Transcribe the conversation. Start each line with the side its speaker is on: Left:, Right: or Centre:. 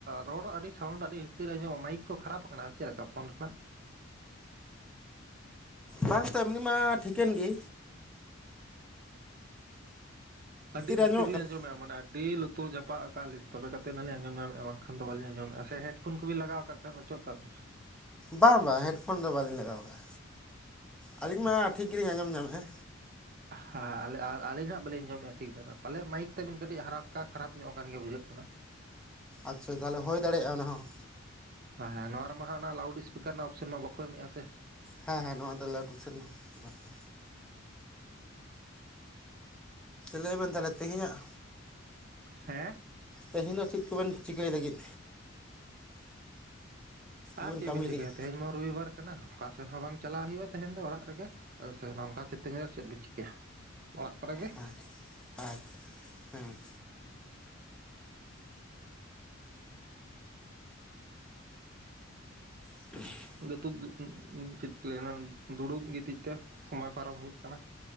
Right: ᱨᱚᱲ ᱟᱹᱰᱤ ᱥᱟᱣᱩᱱᱰ ᱟᱹᱰᱤ ᱵᱷᱤᱛᱤᱨ ᱢᱟᱭᱤᱠ ᱠᱚ ᱠᱷᱟᱨᱟᱯ ᱟᱠᱟᱱᱟ ᱪᱮᱫ ᱞᱮᱱᱟ ᱯᱷᱳᱱ ᱨᱮᱱᱟᱜ
Centre: ᱵᱟᱝ ᱛᱚ ᱮᱢᱱᱤ ᱢᱟ ᱴᱷᱤᱠᱮᱱ ᱜᱮ
Right: ᱟᱹᱰᱤ
Centre: ᱨᱮ ᱟᱸᱡᱚᱢᱚᱜ
Right: ᱵᱷᱤᱛᱤᱨ ᱨᱤᱞᱤᱧ
Centre: ᱠᱟᱱᱟ
Right: ᱟᱸᱡᱚᱢᱮᱫᱼᱟ ᱢᱟᱱᱮ ᱟᱹᱰᱤ ᱞᱩᱛᱩᱨ ᱡᱟᱯᱟᱜ ᱟᱠᱟᱫ ᱞᱤᱧ ᱛᱚᱵᱮ ᱠᱟᱛᱮ ᱱᱟᱞᱤᱧ ᱟᱸᱡᱚᱢ ᱧᱟᱢᱮᱫᱼᱟ ᱵᱟᱝᱠᱷᱟᱱ ᱫᱚ ᱵᱟᱞᱤᱧ ᱟᱸᱡᱚᱢᱮᱫᱼᱟ ᱥᱮ ᱦᱮᱴᱯᱷᱳᱱ ᱠᱚᱵᱤᱱ ᱞᱟᱜᱟᱣ ᱟᱠᱟᱫ ᱟᱵᱮᱱ ᱚᱪᱚᱜ ᱠᱟᱜ ᱵᱤᱱ
Centre: ᱵᱟᱝ ᱵᱟᱝ ᱦᱮᱰᱯᱷᱳᱱ ᱫᱚ ᱵᱟᱹᱞᱤᱧ ᱞᱟᱜᱟᱣ ᱟᱠᱟᱜᱼᱟ ᱟᱹᱞᱤᱧ ᱢᱟ ᱴᱷᱤᱠ ᱜᱮᱞᱤᱧ ᱟᱸᱡᱚᱢ ᱧᱟᱢᱮᱫᱼᱟ
Right: ᱦᱮᱸ ᱟᱨ ᱟᱹᱞᱤᱧ ᱦᱟᱜ ᱵᱟᱹᱞᱤᱧ ᱟᱡᱚᱢᱮᱫᱼᱟ ᱴᱷᱤᱠ ᱫᱷᱟᱨᱟ ᱯᱟᱞᱮᱭᱟᱜ ᱢᱟᱭᱤᱠ ᱛᱮᱵᱮᱱ ᱠᱟᱹᱴᱤᱡ ᱦᱟᱨᱟᱠᱟ ᱠᱷᱟᱨᱟᱯ ᱧᱚᱜ ᱠᱟᱱ ᱜᱮ ᱵᱩᱡᱷᱟᱹᱜ ᱠᱟᱱᱟ ᱠᱟᱱᱟ
Centre: ᱟᱪᱪᱷᱟ ᱛᱟᱦᱚᱞᱮ ᱦᱩᱭ ᱫᱟᱲᱮᱭᱟᱜᱼᱟ ᱚᱱᱟ ᱦᱚᱸ
Right: ᱦᱮᱸ ᱦᱮᱸ ᱱᱚᱣᱟ ᱨᱮᱢᱟ ᱦᱟᱸᱜ ᱚᱱᱟ ᱞᱟᱣᱩᱰ ᱥᱯᱤᱠᱟᱨ ᱨᱮᱱᱟᱜ ᱚᱯᱥᱚᱱ ᱢᱟ ᱵᱟᱠᱚ ᱮᱢᱮᱜᱼᱟ ᱥᱮ᱾
Centre: ᱦᱮᱸ ᱦᱮᱸ ᱱᱚᱣᱟ ᱫᱚ ᱞᱟᱹᱣᱩᱰ <unintelligible> ᱞᱟᱹᱭ ᱵᱮᱱ ᱛᱟᱦᱞᱮ ᱛᱮᱦᱮᱧᱟᱜ
Right: ᱦᱮᱸ
Centre: ᱛᱮᱦᱮᱧ ᱫᱚ ᱪᱮᱫ ᱠᱚᱵᱮᱱ ᱪᱤᱠᱟᱹᱭ ᱞᱟᱹᱜᱤᱫ?
Right: ᱟᱨ
Centre: ᱠᱚᱵᱮᱱ
Right: ᱪᱮᱫ
Centre: ᱠᱟᱹᱢᱤ
Right: ᱵᱤᱱ
Centre: ᱞᱟᱹᱜᱤᱫ
Right: ᱪᱤᱠᱟᱹᱭᱟ ᱛᱮᱦᱮᱧ ᱢᱟ ᱨᱚᱵᱤᱵᱟᱨ ᱠᱟᱱᱟ ᱚᱠᱟ ᱥᱮᱱ ᱦᱚᱸ ᱵᱟᱝ ᱪᱟᱞᱟᱜ ᱦᱩᱭᱩᱜᱼᱟ ᱛᱮᱦᱮᱧ ᱫᱚ ᱚᱲᱟᱜ ᱨᱮᱜᱮ ᱥᱮ ᱱᱚᱝᱠᱟ ᱥᱤᱛᱩᱝ ᱨᱮ ᱪᱮᱫ ᱵᱮᱱ ᱪᱤᱠᱟᱹᱭᱟ᱾ ᱚᱲᱟᱜ ᱠᱚᱨᱮ ᱜᱮ᱾
Centre: ᱦᱮᱸ <unintelligible> ᱦᱮᱸ᱾ <unintelligible>
Right: ᱛᱩᱠ <unintelligible> ᱪᱮᱫ ᱠᱚ ᱞᱟᱹᱭᱟ, ᱫᱩᱲᱩᱵ ᱜᱤᱛᱤᱡ ᱛᱮ ᱥᱚᱢᱚᱭ ᱯᱟᱨᱚᱢ ᱦᱩᱭᱩᱜ ᱠᱟᱱᱟ᱾